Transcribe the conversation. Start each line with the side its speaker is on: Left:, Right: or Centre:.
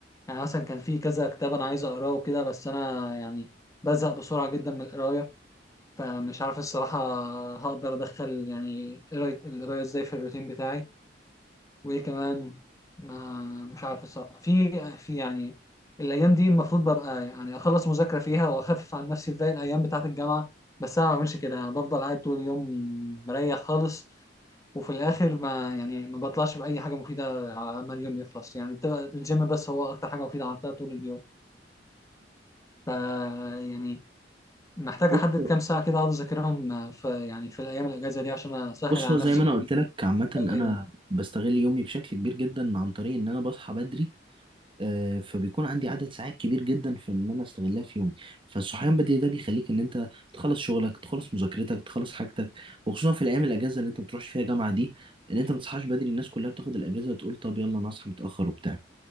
Left: يعني مثلا كان في كذا كتاب انا عايز اقراه وكده بس انا يعني بزهق بسرعه جدا من القرايه فمش عارف الصراحه هقدر ادخل يعني قراية- القرايه ازاي في الروتين بتاعي وايه كمان ما مش عارف الصراحه في في يعني الايام دي المفروض ببقى يعني اخلص مذاكره فيها واخفف عن نفسي في باقي الايام بتاعه الجامعه بس انا ما بعملش كده انا بفضل قاعد طول اليوم مريح خالص وفي الاخر ما يعني ما بطلعش باي حاجه مفيده على ما اليوم يخلص يعني بتبقى الجيم بس هو اكتر حاجه مفيده عملتها طول اليوم ف يعني محتاج
Right: بص
Left: احدد كام ساعه كده اقعد اذاكرهم في يعني في الايام الاجازه دي عشان اسهل
Right: بص
Left: على
Right: هو زي
Left: نفسي
Right: ما انا قلت لك عامه
Left: باقي
Right: انا
Left: الأيام.
Right: بستغل يومي بشكل كبير جدا عن طريق ان انا بصحى بدري آه، فبيكون عندي عدد ساعات كبير جدا في ان انا استغلها في يومي فالصحيان بدري ده بيخليك ان انت تخلص شغلك تخلص مذاكرتك تخلص حاجتك وخصوصا في الايام الاجازه اللي انت ما بتروحش فيها جامعه دي ان انت ما تصحاش بدري الناس كلها بتاخد الاجازه وتقول طب يلا انا اصحى متاخر وبتاع